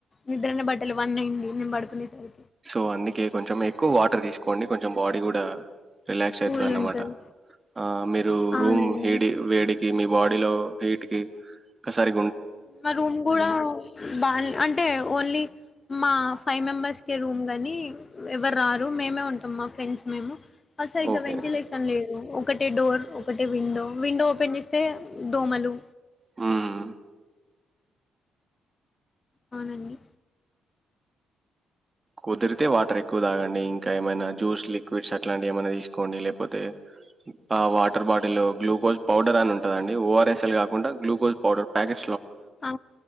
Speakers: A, on the left; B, on the right.
A: నిద్రనే బట్టలే వన్ అయ్యింది నేను పడుకునేసరి
B: సో అందుకే కొంచెం ఎక్కువ వాటర్ తీసుకోండి కొంచెం బాడీ కూడా రిలాక్స్ ఐతుది
A: కూల్
B: అన్నమాట
A: ఉంటది
B: ఆ మీరు
A: అవునండి
B: రూమ్ హేడి వేడికి మీ బాడీ లో హీట్ కి క్కసారి
A: మా రూమ్ కూడా బా అంటే ఓన్లీ మా ఫైవ్ మెంబర్స్ కే రూమ్ గాని ఎవ్వరు రారు మేమే ఉంటాం మా ఫ్రెండ్స్ మేము. ఆ సరిగ్గా
B: ఓకే.
A: వెంటిలేషన్ లేదు ఒకటే డోర్ ఒకటే విండో విండో ఓపెన్ చేస్తే దోమలు
B: హ్మ్.
A: అవునండి
B: కుదిరితే వాటర్ ఎక్కువ తాగండి, ఇంకా ఏమైనా జ్యూస్ లిక్విడ్స్ అట్లాంటివి ఏమైనా తీసుకోండి, లేకపోతే ఆ వాటర్ బాటిల్ గ్లూకోజ్ పౌడర్ అని ఉంటదండి ఓఆర్ఎస్ఎల్ కాకుండా గ్లూకోజ్ పౌడర్ ప్యాకెట్,
A: ఆ